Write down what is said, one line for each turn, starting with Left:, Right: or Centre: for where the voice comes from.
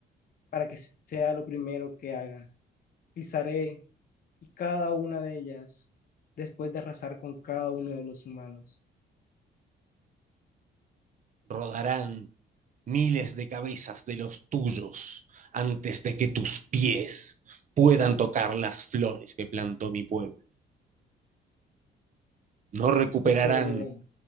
Left: para que sea lo primero que haga. Pisaré y cada una de ellas después de arrasar con cada uno de los humanos.
Right: rodarán miles de cabezas de los tuyos antes de que tus pies puedan tocar las flores que plantó mi pueblo. No recuperarán
Left: Eso lo veremos,